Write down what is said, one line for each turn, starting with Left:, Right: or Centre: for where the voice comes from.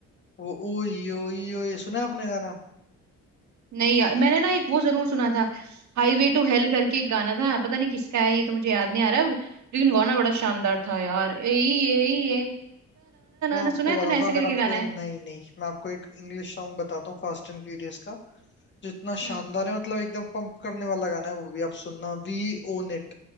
Left: वो ओ यो यो ये सुना है आपने गाना
Right: नहीं यार मैंने ना एक वो जरूर सुना था हाईवे टू हेल करके एक गाना था पता नहीं किसका है ये तो मुझे याद नहीं आ रहा अब, लेकिन गाना बड़ा शानदार था यार ए ए ए
Left: मैं आपको
Right: ना सुना है
Left: बताता
Right: तूने ऐसे
Left: हूँ अगर
Right: करके
Left: आपको
Right: गाना है
Left: नहीं नहीं मैं आपको एक इंग्लिश सॉन्ग बताता हूँ फास्ट एंड फ्यूरियस का जो इतना
Right: हम्म
Left: शानदार है मतलब एकदम पंप करने वाला गाना है वो भी आप सुनना वी ओन इट